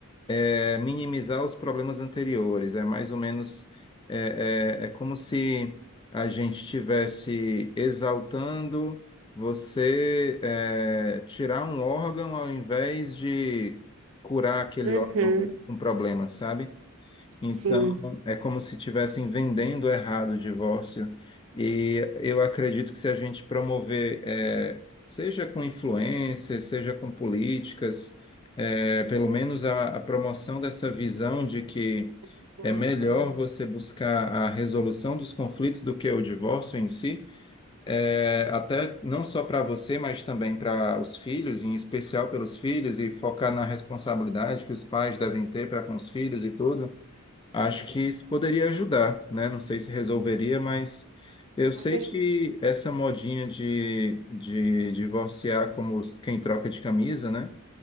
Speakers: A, on the left (about 20°); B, on the right (about 60°).
A: eh, minimizar os problemas anteriores. É mais ou menos é, é, é como se a gente estivesse exaltando você eh, tirar um órgão ao invés de curar aquele
B: Uhum.
A: órgão com problema, sabe? Então,
B: Sim.
A: é como se estivessem vendendo errado o divórcio. E eu acredito que se a gente promover, eh, seja com influências, seja com políticas, eh, pelo menos a, a promoção dessa visão de que
B: São,
A: é melhor
B: é,
A: você buscar a resolução dos conflitos do que o divórcio em si, eh, até não só para você, mas também para os filhos, em especial pelos filhos, e focar na responsabilidade que os pais devem ter para com os filhos e tudo. Acho que isso poderia ajudar, né? Não sei se resolveria, mas eu sei
B: acho
A: que
B: que
A: essa modinha de, de divorciar como os- quem troca de camisa, né?